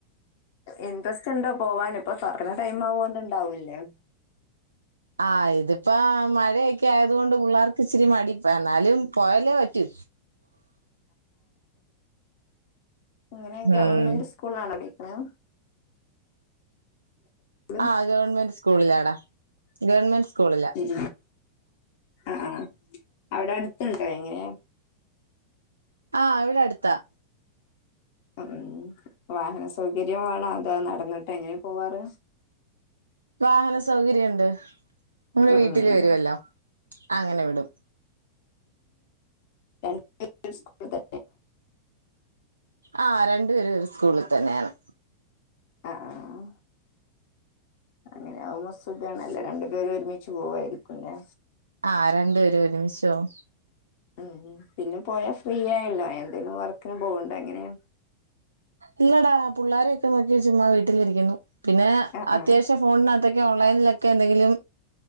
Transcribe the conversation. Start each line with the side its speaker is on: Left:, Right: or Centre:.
Left: ഇൻറസ്റ്റ്ഉണ്ടോ പോവാൻ ഇപ്പോ തൊറക്ണ ടൈം ആവോണ്ടാവൂല്ലേ
Right: ആഹാ ഇതിപ്പോ മഴയൊക്കെ ആയത കൊണ്ട് പിള്ളേർക്ക് ഇച്ചിരി മടിപ്പം എന്നാലും പോയല്ലേ പറ്റൂ
Left: <inaudible> എങ്ങനെ ഗവണ്മെന്റ്
Right: ഉം
Left: സ്കൂളാണ് പഠിക്കണ് ഉം
Right: ആ ഗവൺമെന്റ് സ്കൂളിലാടാ ഗവൺമെന്റ് സ്കൂളില
Left: ഉം ആഹാ അവിടെ അടുത്തുണ്ടോ എങ്ങനെ
Right: ആഹ് ഇവിടെ അടുത്താ
Left: ഉം വാഹന സൗകര്യം വേണോ അതോ നടന്നിട്ട് എങ്ങനെ പോവാറ്
Right: വാഹന സൗകര്യണ്ട് നമ്മുടെ
Left: ഉം
Right: വീട്ടിൽ
Left: ഉം
Right: വരുല്ലോ അങ്ങനെ വിടും
Left: ആഹ് എൽ സ്കൂൾത്.
Right: ആ രണ്ടുപേരും ഒരു സ്കൂളിൽ തന്നെയാണ്
Left: ആഹ ആഹാ അങ്ങനെകുമ്പ സുഖ ആണല്ലേ രണ്ടു പേരും ഒരുമിച്ച് പോവായിരിക്കുംല്ലേ
Right: ആഹ രണ്ടുപേരും ഒരുമിചോവും
Left: ഉം പിന്നെ പോയാൽ ഫ്രീ ആയല്ലോ എന്തേലും വർക്കിന് പോക്ണ്ടോ എങ്ങനെയ
Right: ഇല്ലടാ പുള്ളോരൊക്കെ നോക്കി ചുമ്മാ വീട്ടിലിരിക്കുന്നു പിന്നെ
Left: ആഹ്
Right: അത്യാവശ്യം
Left: ആഹ്
Right: ഫോണിനകത്തൊക്കെ ഓൺലൈനിലൊക്കെ എന്തെങ്കിലും